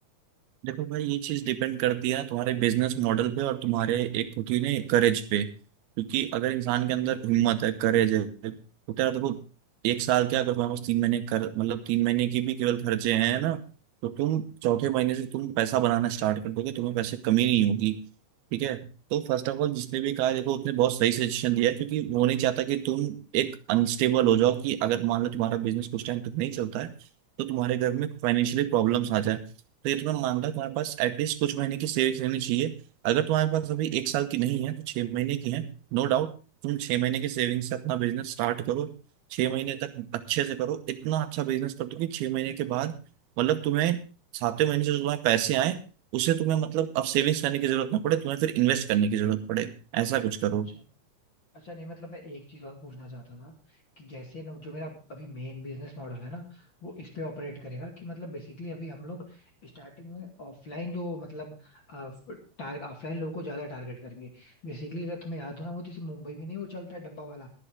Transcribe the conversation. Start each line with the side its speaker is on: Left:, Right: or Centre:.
Right: देखो भाई ये चीज डिपेंड करती है तुम्हारे बिजनेस मॉडल पे और तुम्हारे एक खुद ही ने करेज पे क्योंकि अगर इंसान के अंदर हिम्मत है करेज है तो तेरा देखो एक साल क्या अगर तुम्हारे पास तीन महीने कर मतलब तीन महीने की भी केवल खर्चे हैं ना तो तुम चौथे महीने से तुम पैसा बनाना स्टार्ट कर दोगे तुम्हें पैसे कमी नहीं होगी ठीक है तो फर्स्ट ऑफ ऑल जिसने भी कहा है, देखो उसने बहुत सही सजेशन दिया है, क्योंकि वो नहीं चाहता कि तुम एक अनस्टेबल हो जाओ कि अगर मान लो तुम्हारा बिजनेस कुछ टाइम तक नहीं चलता है तो तुम्हारे घर में फाइनेंशियली प्रॉब्लम्स आ जाए तो ये तुम्हें मामला है, तुम्हारे पास एटलीस्ट कुछ महीने की सेविंग्स रहनी चाहिए अगर तुम्हारे पास अभी एक साल की नहीं है तो छह महीने की है No doubt तुम छह महीने की सेविंग से अपना बिजनेस स्टार्ट करो छह महीने तक अच्छे से करो इतना अच्छा बिजनेस कर दो कि छह महीने के बाद मतलब तुम्हें सातवें महीने से जो तुम्हारे पैसे आए उसे तुम्हें मतलब अब सेविंग्स करने की जरूरत ना पड़े तुम्हें फिर इन्वेस्ट करने की जरूरत पड़े ऐसा कुछ
Left: अच्छा
Right: करो
Left: अच्छा अच्छा नहीं मतलब मैं एक चीज और पूछना चाहता था कि जैसे ना जो मेरा अभी मेन बिजनेस मॉडल है ना वो इस पे ऑपरेट करेगा कि मतलब बेसिकली अभी हम लोग स्टार्टिंग में ऑफलाइन जो मतलब ऑफलाइन लोगों को ज्यादा टारगेट करेंगे बेसिकली अगर तुम्हें याद हो ना वो जैसे मुंबई में नहीं वो चलता है डब्बा वाला